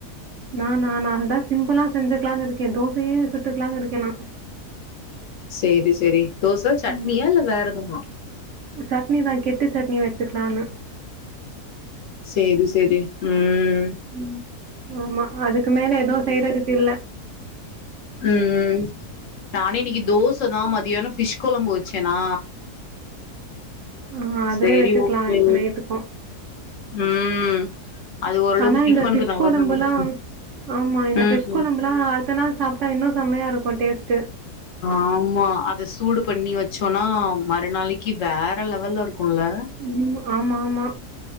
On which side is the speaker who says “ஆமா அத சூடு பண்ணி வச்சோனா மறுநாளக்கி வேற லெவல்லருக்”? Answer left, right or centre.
Left